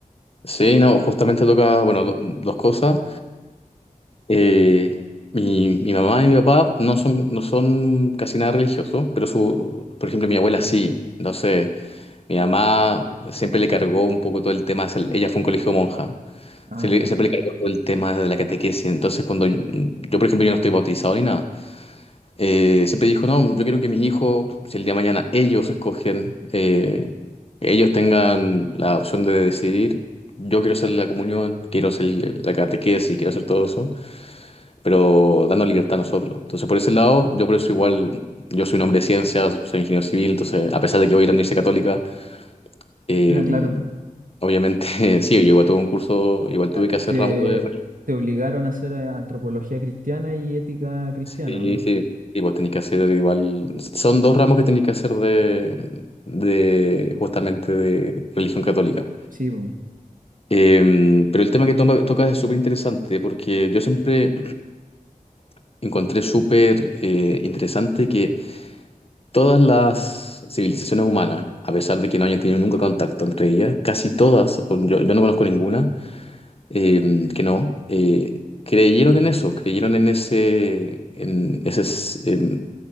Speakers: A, on the left (about 45°); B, on the right (about 70°).
A: Sí, no, justamente toca, bueno, do- dos cosas. Eh, mi, mi mamá y mi papá no son, no son casi nada religiosos, pero su, por ejemplo, mi abuela sí. Entonces, mi mamá siempre le cargó un poco todo el tema, se- ella fue a un colegio monja,
B: Ah,
A: se le-
B: ya.
A: siempre le cargó todo el tema de la catequesis. Entonces, cuando yo, yo, por ejemplo, yo no estoy bautizado ni nada, eh, siempre dijo, no, yo quiero que mis hijos, si el día de mañana ellos escogen, eh, ellos tengan la opción de decidir, yo quiero hacer la comunión, quiero hacer la catequesis, quiero hacer todo eso pero dando libertad a nosotros. Entonces, por ese lado, yo por eso igual, yo soy un hombre de ciencias, soy ingeniero civil, entonces, a pesar de que voy a ir a la Universidad Católica, eh,
B: Ah, claro.
A: obviamente, <laughs> sí, yo igual tuve un curso, igual tuve
B: Ah,
A: que hacer
B: Te,
A: ramos de...
B: te obligaron a hacer eh, antropología cristiana y ética cristiana,
A: Sí,
B: ¿o no?
A: sí, sí, vos tenés que hacer igual... Son dos ramos que tenés que hacer de, de justamente de religión católica.
B: Sí, bu,
A: Eh, pero el tema que toma- tocas es súper interesante porque yo siempre <clears throat> encontré súper eh, interesante que Todas las civilizaciones humanas, a pesar de que no hayan tenido nunca contacto entre ellas, casi todas, o yo, yo no conozco ninguna, eh, que no, eh, creyeron en eso, creyeron en ese, en ese, s- em,